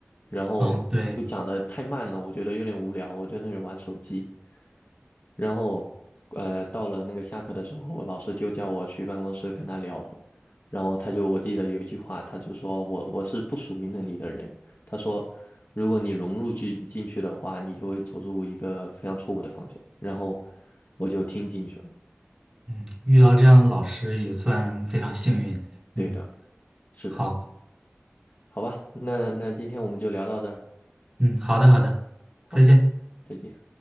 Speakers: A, on the left (about 55°); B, on the right (about 20°).
A: 然后就讲的太慢了，
B: 嗯，对，
A: 我觉得有点无聊，我就在那里玩手机。然后，呃，到了那个下课的时候，老师就叫我去办公室跟他聊会儿。然后他就，我记得有一句话，他就说我我是不属于那里的人。他说，如果你融入进进去的话，你就会走入一个非常错误的方向。然后我就听进去了。
B: 嗯，遇到这样的老师也算非常幸运。
A: 对的，
B: 嗯，
A: 是的，
B: 好，
A: 好吧，那那今天我们就聊到这儿，
B: 嗯，好的，好的，
A: 好，
B: 再见。
A: 再见。